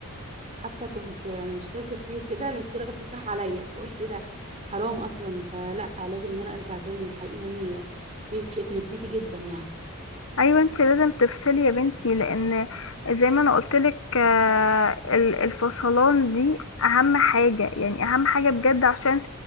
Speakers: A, on the right (about 30°); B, on the left (about 65°).
A: حتى كنت يعني مشتركه فيه وكده الاشتراك راح عليا فقلت ايه ده حرام اصلا فلا لازم ان انا ارجع تاني حقيقي يعني بيفرق في نفسيتي جدا يعني
B: ايوه انت لازم تفصلي يا بنتي لان زي ما انا قلتلك آه، ال- الفصلان دي اهم حاجة يعني اهم حاجة بجد عشان